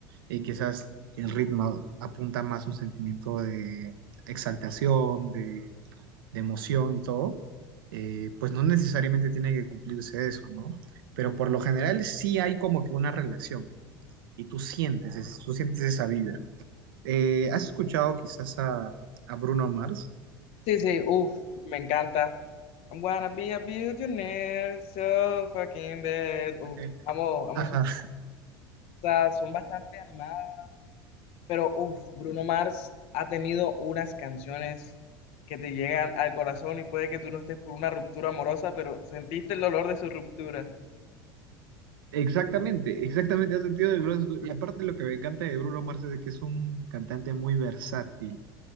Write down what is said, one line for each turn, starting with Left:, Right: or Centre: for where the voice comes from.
Right: y quizás el ritmo apunta más a un sentimiento de exaltación, de, de emoción y todo, eh, pues no necesariamente tiene que cumplirse eso, ¿no? Pero por lo general sí hay como que una relación, ¿no? Y tú sientes, es- tú sientes esa vibra. Eh, ¿has escuchado quizás a, a Bruno Mars?
Left: sí, sí, uff, me encanta. I'm gonna be a billionaire, so fucking bad. Uf,
Right: Porque-
Left: amo, amo
Right: Ajá,
Left: sus- o sea, son bastante animadas Pero, uff, Bruno Mars ha tenido unas canciones que te llegan al corazón y puede que tú no estés por una ruptura amorosa, pero sentiste el dolor de su ruptura.
Right: exactamente, exactamente, ha sentido del globo. Y aparte lo que me encanta de Bruno Mars es de que es un cantante muy versátil.